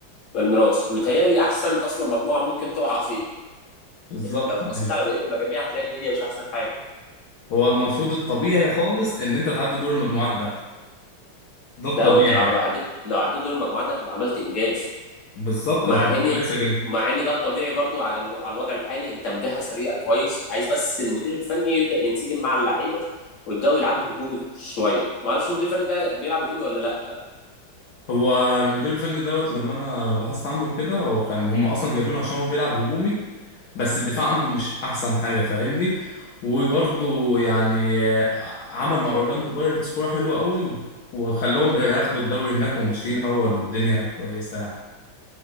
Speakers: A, on the left; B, on the left.
A: الميراث متهيألي احسن اصلا مجموعه ممكن تقع فيها
B: بالظبط
A: لو بصيت
B: ايوه
A: على بقيه المجاميع هتلاقي الدنيا مش احسن حاجه
B: هو المفروض الطبيعي خالص ان انت تعدي دور المجموعات ده ده الطبيعي
A: ده وانت لو
B: يعني
A: عديت لو عديت دور المجموعات ده هتبقى عملت انجاز
B: بالظبط
A: مع
B: وهتبقى
A: ان
B: كويسه جدا
A: مع ان ده الطبيعي برضو على الو... على الوضع الحالي انت مجهز فريقك كويس عايز بس المدير الفني يبدا ينسجم مع اللعيبه ويبداوا يلعبوا هجومي شويه ما اعرفش المدير الفني ده بيلعب هجومي ولا لا
B: هو المدير الفني دوت لما انا بحثت عنه كده هو كان هم اصلا جايبينه عشان هو بيلعب هجومي بس الدفاع عنده مش احسن حاجه فاهمني وبرضه يعني آه، عمل مع اورلاندو بايرتس كوره حلوه قوي وخلاهم ياخدوا الدوري هناك وماشيين اول والدنيا كويسه يعني